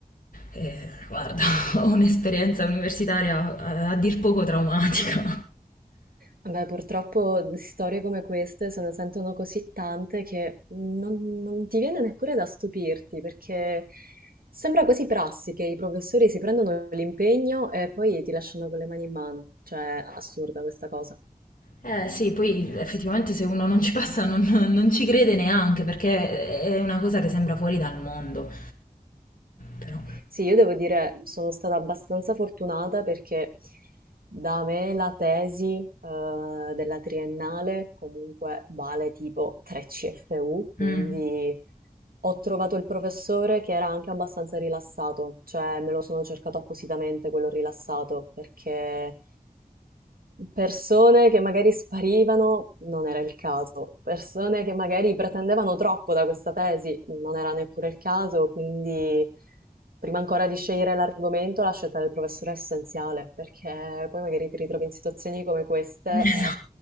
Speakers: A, on the left; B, on the right.
A: Eh, guarda, <laughs> ho un'esperienza universitaria a, a dir poco traumatica.
B: Beh, purtroppo di storie come queste se ne sentono così tante che non, non ti viene neppure da stupirti, perché sembra quasi prassi che i professori si prendono l'impegno e poi ti lasciano con le mani in mano. Cioè, assurda questa cosa.
A: Eh sì, poi
B: Eh
A: effettivamente
B: sì,
A: se uno non ci passa non, non ci crede neanche, perché è una cosa che sembra fuori dal mondo. Però
B: Sì, io devo dire, sono stata abbastanza fortunata perché da me la tesi, eh, della triennale comunque vale tipo 3 CFU, quindi
A: Mh.
B: Ho trovato il professore che era anche abbastanza rilassato, cioè me lo sono cercato appositamente quello rilassato, perché persone che magari sparivano non era il caso, persone che magari pretendevano troppo da questa tesi non era neppure il caso, quindi prima ancora di scegliere l'argomento la scelta del professore è essenziale, perché poi magari ti ritrovi in situazioni come queste
A: Esa